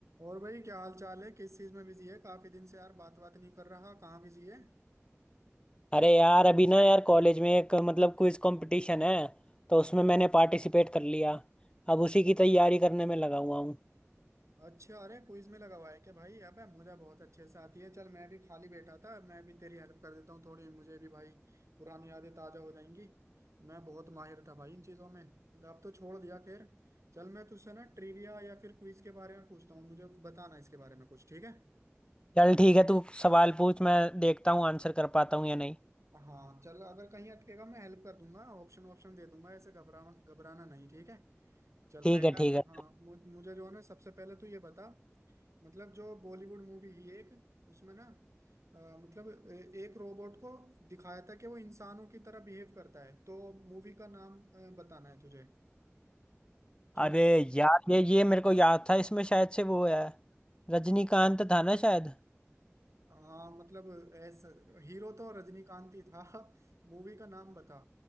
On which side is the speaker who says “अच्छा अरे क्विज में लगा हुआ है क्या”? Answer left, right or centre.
Right